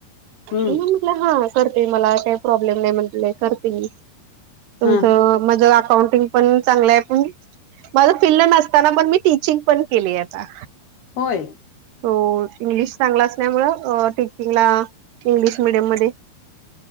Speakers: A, on the left; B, on the right.
A: हम्म
B: म्हटलं हा करते मला काही प्रॉब्लेम नाही म्हटलं करते तुमचं
A: हा
B: माझं अकाउंटिंग पण चांगलं आहे पण माझं फील्ड नसताना पण मी टीचिंग पण केली आता
A: होय
B: सो इंग्लिश चांगला असल्यामुं तिला इंग्लिश मिीडियम मध्ये